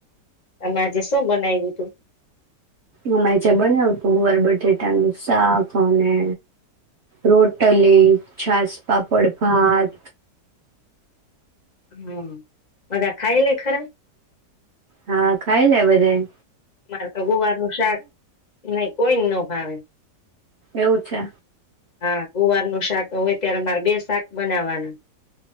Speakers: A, on the left; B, on the right.
A: અમે આજે શું બનાવ્યું તું.
B: અમાં જે બનાવ હતુ ગુવાર બટેટાનું શાક અને રોટલી છાસ પાપડ ભાત.
A: હમ બધા ખાય લને ખરા.
B: હા ખાઈ લે બધાઈ.
A: અરે તો ગુવા નું શાક ન કોઈ ન ભાવે.
B: એવું છે
A: હા ગુવારનું શાક હોય ત્યારે મારે બે શાક બનાવવાના.